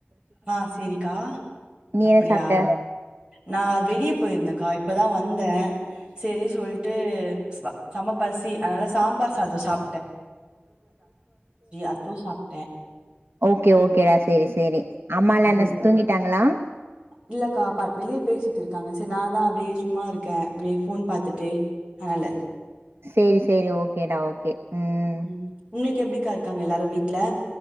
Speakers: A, on the right; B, on the right.
A: ஆஹ் சேரிக்கா.
B: நீ
A: அப்பிடியா
B: என்ன சாப்ட்ட
A: நா வெளிய போயிருந்தங்க்கா இப்பதா வந்த சேரி சொல்ட்டு செமப்பச் சி அதனால சாம்பார் சாதோ சாப் அத்தம் சாப்பிட்டேன்
B: ஓகே ஓகேடா சேரி சேரி அம்மாலா
A: அது
B: என்ன தூங்கிட்டாங்களா
A: இல்லக்கா வெளிய பேசிட்டு இருக்காங்க. சரி நா தா அப்டியே சும்மா இருக்க. அப்டியே ஃபோன் பாத்துட்டு அனால
B: சேரி சேரி ஓகேடா ஓகே. ம்
A: உம் உங்ளுக்கு எப்படிக்கா இருக்காங்க எல்லாரு வீட் ட்ல